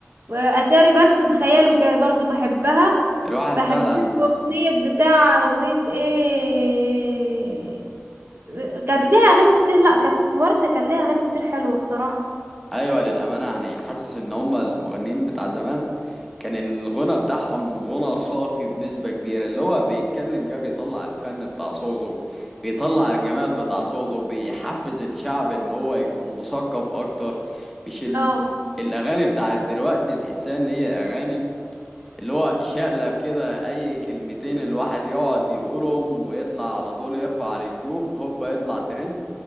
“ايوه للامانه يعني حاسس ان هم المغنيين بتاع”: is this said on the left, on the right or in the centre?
Centre